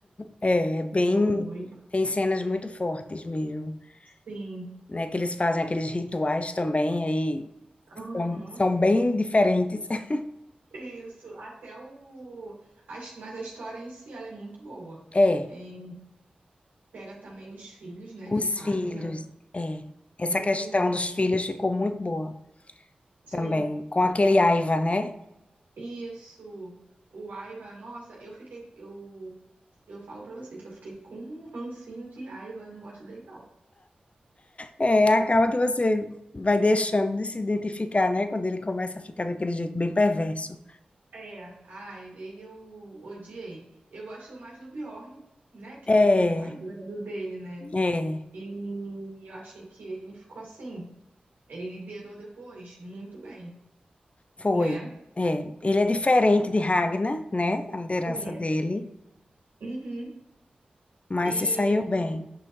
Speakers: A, on the left; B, on the right.
A: É, é bem,
B: Foi.
A: tem cenas muito fortes mesmo,
B: Sim.
A: né? Que eles fazem aqueles rituais também, aí
B: Uhum.
A: são, são bem diferentes. <laughs>
B: Isso, até o. a his- mas a história em si, ela é muito boa.
A: É,
B: É, pega também os filhos, né,
A: os
B: de Ragnar.
A: filhos, é. Essa
B: Gente,
A: questão dos filhos ficou muito boa
B: sim.
A: também, com aquele Aiva, né?
B: Isso. O Aiva, nossa, eu fiquei. Eu, eu falo pra você que eu fiquei com um rancinho de Aiva, eu não gosto dele, não.
A: É, acaba que você vai deixando de se identificar, né? Quando ele começa a ficar daquele jeito bem perverso.
B: É, ah, ele eu odiei. Eu gosto mais do Bjorn, né, que
A: É,
B: é o mais velho dele, né?
A: é,
B: E eu achei que ele ficou assim. Ele liderou depois muito bem,
A: foi.
B: né?
A: É, ele é diferente de Ragnar, né? A liderança
B: É.
A: dele,
B: Uhum.
A: mas
B: E
A: se saiu bem.